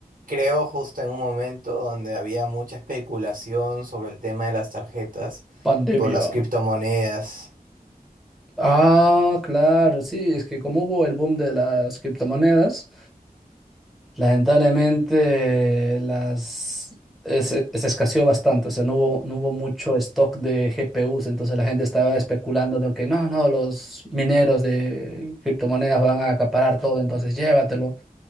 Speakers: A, on the right; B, in the centre.
A: creo justo en un momento donde había mucha especulación sobre el tema de las tarjetas
B: Pandemia.
A: por las criptomonedas.
B: Ah, claro, sí, es que como hubo el boom de las criptomonedas, Lamentablemente las eh, se, se escaseó bastante, o sea, no hubo, no hubo mucho stock de GPUs, entonces la gente estaba especulando de que no, no, los mineros de criptomonedas van a acaparar todo, entonces llévatelo.